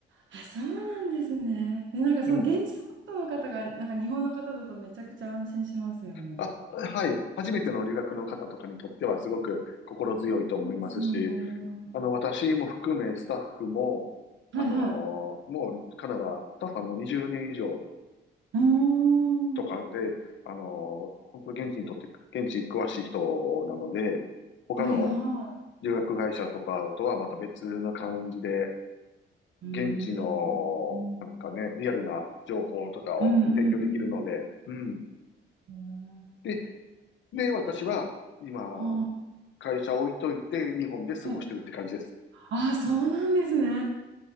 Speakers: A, on the right; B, on the left.
A: あ、そうなんですね。で、なんかその現地サポートの方が、
B: うん。
A: なんか日本の方だとめちゃくちゃ安心しますよね。
B: あ、はい。初めての留学の方とかにとってはすごく心強いと思いますし、
A: 安心そうなるほど。
B: あの、私も含めスタッフも、
A: はいはい。
B: あのもうカナダ、スタッフはもう20年以上
A: うー
B: とかで、
A: ん。
B: あの本当現地にとって、現地に詳しい人なので、他の
A: はいは
B: 留学会社とかとはまた別な感じで、
A: い。うーん。
B: 現地の、
A: うん
B: なんかね、リアルな情報とかを提供できるので、
A: うんうん
B: うん。
A: うん。
B: で、で、私は今、
A: は
B: 会社置いといて、日本で過ごしてるって感じです。
A: い。えああ、そうなんですね。